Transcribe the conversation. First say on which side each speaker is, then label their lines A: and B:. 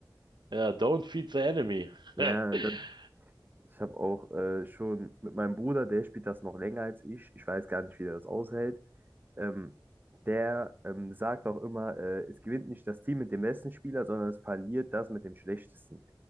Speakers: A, on the right; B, on the right.
A: ja, don't feed the enemy.
B: Ja,
A: <laughs>
B: das, ich habe auch äh, schon mit meinem Bruder, der spielt das noch länger als ich. Ich weiß gar nicht, wie der das aushält. Ähm, der ähm, sagt auch immer, äh, es gewinnt nicht das Team mit dem besten Spieler, sondern es verliert das mit dem schlechtesten.